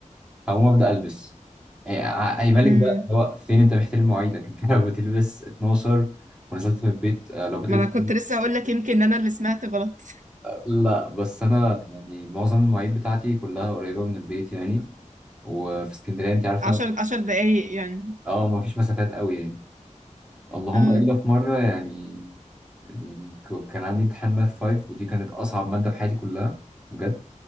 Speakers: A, in the centre; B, on the right.
A: هقوم ابدا البس يعني هيبان لك
B: امم
A: ده اللي هو فين انت محترم مواعيدك <laughs> انت لو بتلبس 12 ونزلت من البيت آه، لو بتلبس
B: ما انا كنت لسه هقول لك يمكن انا اللي سمعت غلط
A: لا بس انا يعني معظم المواعيد بتاعتي كلها قريبه من البيت يعني وفي اسكندريه انت عارفه
B: <laughs> عشر عشر دقايق يعني
A: اه ما فيش مسافات قوي يعني اللهم
B: اه
A: الا في مره يعني يعني ك- كان عندي امتحان ماث 5 ودي كانت اصعب ماده في حياتي كلها بجد